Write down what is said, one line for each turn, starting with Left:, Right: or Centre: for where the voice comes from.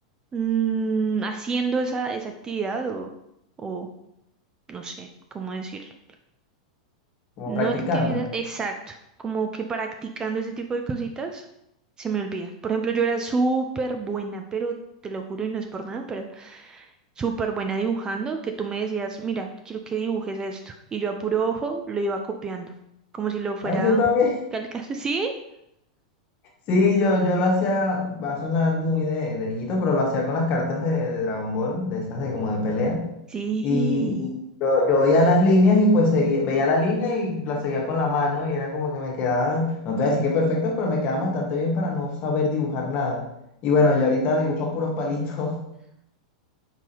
Right: Mm, haciendo esa, esa actividad o... o no sé cómo decirlo.
Left: como
Right: No
Left: practicando.
Right: actividad, exacto, como que practicando ese tipo de cositas, se me olvida. Por ejemplo, yo era súper buena, pero te lo juro y no es por nada, pero súper buena dibujando, que tú me decías, mira, quiero que dibujes esto. Y yo a puro ojo lo iba copiando, como si lo fuera
Left: Ay, yo también. <laughs>
Right: calcando. <laughs> ¿Sí?
Left: Sí, yo, yo lo hacía, va a sonar muy de, de niñito, pero lo hacía con las cartas de, de Dragon Ball, de esas de como de pelea.
Right: Sí.
Left: Y y yo, yo veía las líneas y pues seguía, veía la línea y la seguía con la mano y era como que me quedaban, no te voy a decir que perfectos, pero me quedaban bastante bien para no saber dibujar nada. Y bueno, yo ahorita dibujo puros palitos.